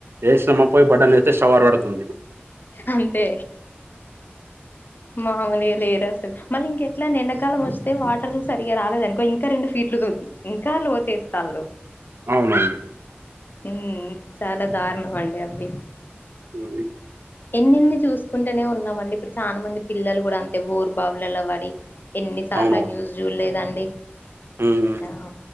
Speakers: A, on the right (about 70°); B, on the left (about 50°).
A: ఏసినమ్మ పోయి బటన్ వేస్తే షవార్ పడుతుంది
B: అంతే మామూలుగా లేరు అసలు మళ్ళీ ఇంకెట్లనండి ఎడాకాలం వస్తే వాటర్లు సరిగా రాలేదునుకో ఇం ఇంకా రెండు ఫీట్లు <unintelligible> ఇంకా లోతే తాళ్లు
A: అవునవును
B: ఉమ్ చాలా దారుణం అండి అవి
A: ఉమ్
B: ఎన్ని ఎన్ని చూసుకుంటేనే ఉన్నామండి ఇప్పుడు చాలా మంది పిల్లలు కూడా అంతే బోరు బావులలా పడి ఎన్నిసార్లు
A: అవునవును
B: న్యూస్ జూల్ లేదండి
A: ఉమ్
B: ఆ